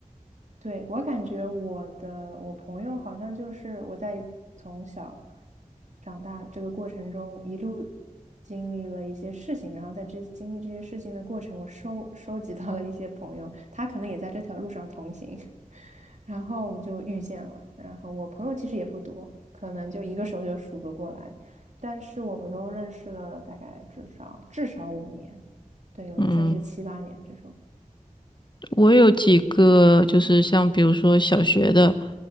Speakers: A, on the right; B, on the left.
A: 对，我感觉我的我朋友好像就是我在从小长大这个过程中一路经历了一些事情，然后在这经历这些事情的过程，我收收集到了一些朋友，他可能也在这条路上同行，<laughs> 然后我们就遇见了。然后我朋友其实也不多，可能就一个手就数得过来，但是我们都认识了大概至少至少五年，对，有的甚至七八年这种。
B: 嗯，我有几个就是像比如说小学的